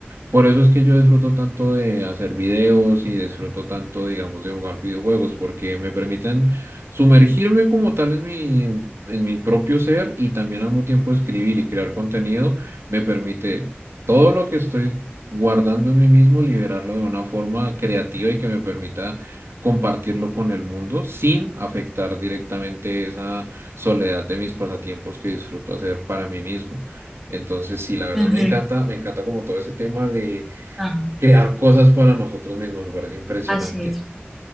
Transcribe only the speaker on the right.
Por eso es que yo disfruto tanto de hacer videos y disfruto tanto, digamos, de jugar videojuegos, porque me permiten sumergirme como tal en mi, en mi propio ser y también al mismo tiempo escribir y crear contenido. Me permite todo lo que estoy guardando en mí mismo, liberarlo de una forma creativa y que me permita compartirlo con el mundo sin afectar directamente esa soledad de mis pasatiempos que disfruto hacer para mí mismo. Entonces, sí, la verdad
me encanta, me encanta como todo ese tema de
crear cosas para nosotros mismos, me parece impresionante.